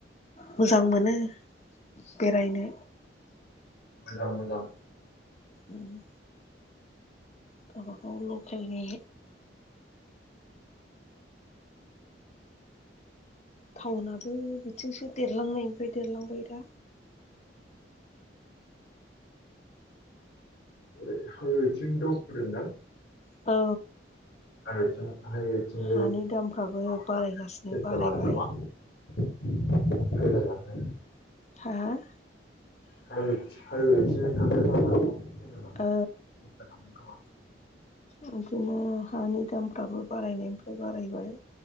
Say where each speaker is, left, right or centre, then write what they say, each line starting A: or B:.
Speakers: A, on the left; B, on the left.
A: मोजां मोनो बेरायनो।
B: मोजां मोजां
A: उम। गावबा गाव लकेलनि टाउनाबो बिथिंसो। देरलांनायनिफ्राय देरलांबाय दा।
B: ओरै थावनथिं दावखोदोंदां?
A: औ।
B: <unintelligible>
A: हानि दामफ्राबो बारायगासिनो बारायबाय
B: <unintelligible>
A: हा?
B: <unintelligible> फेदेरलांनो
A: औ।
B: सेस्था खालामदों खोमा
A: आगोमा हानि दामफ्राबो बारायनायनिफ्राय बारायबाय।